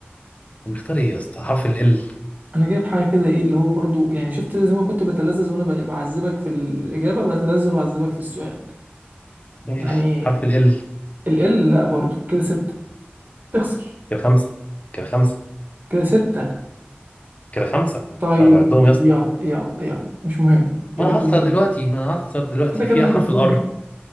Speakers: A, on the left; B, on the right.
A: مختار ايه يا اسطى؟ حرف ال
B: انا جايب حاجة كده ايه اللي هو برضه يعني شفت زي ما كنت بتلذذ وانا ب- بعذبك في الإجابة بتلذذ وانا بعذبك في السؤال
A: ماشي
B: يعني
A: حرف ال
B: ال لا برضه كده ستة تخسر
A: كده خمسه كده خمسه
B: كده ستة
A: كده خمسه
B: طيب
A: انا بعدهم
B: ماشي
A: يا اسطى
B: يلا يلا يلا مش مهم كده
A: ما انا
B: كده
A: هخسر
B: انا كسبان
A: دلوقتي ما انا هخسر دلوقتي
B: كده كده
A: فيها
B: انا
A: حرف
B: كسبان
A: الار